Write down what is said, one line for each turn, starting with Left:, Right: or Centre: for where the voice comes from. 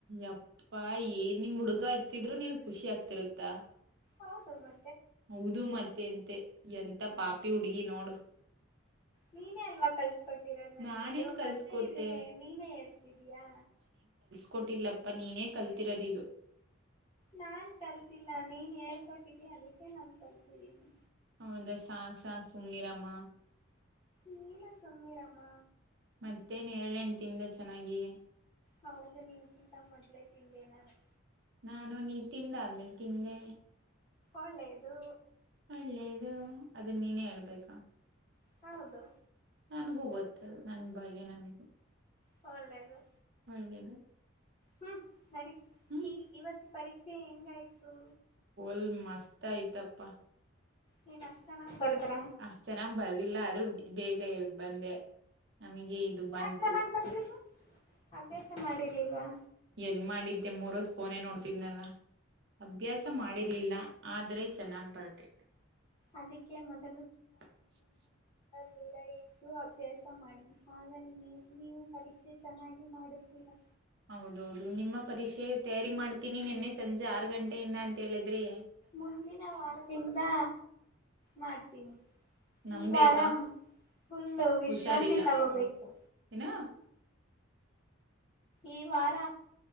Right: ಅಪ್ಪ ಏ ನಿಮ್ ಹುಡುಗ ಅಳ್ತಿದ್ರು ನೀನ್ ಖುಷಿ ಆಗ್ತಿರುತ್ತಾ
Left: ಹೌದ ಮೆ
Right: ಹೌದು ಮತ್ತೆಂತೆ ಎಂತ ಪಾಪಿ ಹುಡ್ಗಿ ನೋಡ್
Left: ನೀನೇ ಅಲ್ವಾ ಕಲ್ಸಕೊಟ್ಟಿರೋದು ನನಗಿದದು
Right: ನಾನೇನ್ ಕಲ್ಸ್ಕೊಟ್ಟೆ
Left: ಮತ್ತೆ ಇದನ್ನ ನೀನೇ ಹೇಳ್ತಿದಯಾ
Right: ಕೊಟ್ಟಿಲ್ಲಪ್ಪ ನೀನೇ ಕಲ್ತಿರದಿದದು
Left: ನಾನ್ ಕಲ್ತಿಲ್ಲ ನೀನ್ ಹೇಳ್ಕಟ್ಟಿದ್ದಿ ಅದಕ್ಕೆ ನಾನು ಕಲ್ತಿದ್ದೀನಿ
Right: ಹೌದಾ ಸಾಕ್ ಸಾಕ್ ಸುಮ್ಮ್ನೆರಾಮ
Left: ನೀನು ಸುಮ್ಮಿರಮ್ಮ
Right: ಮತ್ತೆ ನೇರ್ಲೆಂಡ್ ತಿಂದ ಚೆನ್ನಾಗಿ
Left: ಹೌದು ನಿನ್ಕಿಂತ ಮೊದ್ಲೆೇ ತಿಂದೆ ನಾನು
Right: ನಾನು ನೀ ತಿಂದಾದ್ಮೇಲ್ ತಿಂದೆ
Left: ಒಳ್ಳೆಯದು
Right: ಒಳ್ಳೇದು ಅದನ್ನ ನೀನೇ ಹೇಳ್ಬೇಕಾ
Left: ಹೌದು
Right: ನನ್ಗೂ ಗೊತ್ತೇ ನನ್ ಬಗೆ ನನ್ಗೆ
Left: ಹನ್ಲದು
Right: ಒಳ್ಳೇದು
Left: ಹ್ಮ್ ನಡೀ
Right: ಹ್ಮ್
Left: ಈ ಇವತ್ತು ಪರೀಕ್ಷೆ ಹೆಂಗಾಯ್ತು
Right: ಲ್ ಮಸ್ತ್ ಆಯ್ತಪ್ಪ
Left: ನೀನ್ ಅಷ್ಟ್ ಚೆನ್ನಾಗ್ ಬರ್ದ್ರ
Right: ಅ ಚೆನ್ನಾಗ್ ಬರ್ದಿಲ್ಲ ಆದ್ರೂ ಬೇಗ ಎ ಬಂದೆ ನಮಗೆ ಇದು ಬಂತು
Left: ಯಾಕ್ ಚೆನ್ನಾಗ್ ಬರ್ದಿಲ್ಲ ಅಭ್ಯಾಸ ಮಾಡಿರ್ಲಿಲ್ವಾ
Right: ಎಲ್ ಮಾಡಿದ್ದೆ ಮೂರೊತ್ ಫೋನೇ ನೋಡ್ತಿದನಲ್ಲ ಅಭ್ಯಾಸ ಮಾಡಿರ್ಲಿಲ್ಲ ಆದ್ರೆ ಚೆನ್ನಾಗ್ ಬರುತ್ತೆ
Left: ಅದಕ್ಕೆೇ ಮೊದ
Right: <inaudible>
Left: ದೂರ ಇಟ್ಟು ಅಭ್ಯಾಸ ಮಾಡಿ ಹಾಗ ನೀ ನೀವು ಪರೀಕ್ಷೆ ಚೆನ್ನಾಗಿ ಮಾಡುತ್ತೀರಾ
Right: ಹೌದೌದು ನಿಮ್ಮ ಪರೀಕ್ಷೆ ತಯಾರಿ ಮಾಡ್ತೀನಿ ನಿನ್ನೆ ಸಂಜೆ ಆರು ಗಂಟೆಯಿಂದ ಅಂತ ಹೇಳಿದ್ರೆ
Left: ಮುಂದಿನ ವಾರದಿಂದ ಮಾಡ್ತೀನಿ
Right: ನಂಬೇಕಾ
Left: ಈ ವಾರ ಫುಲ್ಲು ವಿಶ್ರಾಂತಿ
Right: ಹುಷಾರಿಲ್ಲ
Left: ತಗೋಬೇಕು
Right: ಏನ
Left: ಈ ವಾರ